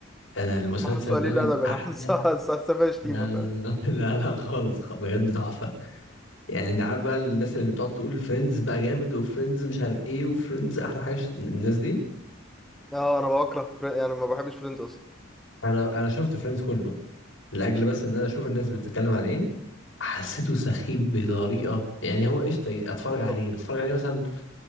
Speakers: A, on the left; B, in the centre.
A: انا المسلسل
B: انا حاسه قليل
A: ده من
B: ادب انا
A: احلى
B: حاسه حاسه حاسه <laughs> شتيمة
A: لا
B: فاهم
A: لا لا لا لا خالص خ- بجد تحفة يعني انت عارف بقى الناس اللي بتقعد تقول فريندز بقى جامد وفريندز مش عارف ايه وفريندز احلى حاجة ش- الناس دي
B: اه انا بكره فري... يعني ما بحبش فريندز اصلا
A: انا انا شفت فريندز كله لاجل بس ان انا اشوف الناس بتتكلم عن ايه حسيته سخيف بطريقة يعني هو قشطة اتفرج عليه
B: طب
A: بس اتفرج عليه مثلا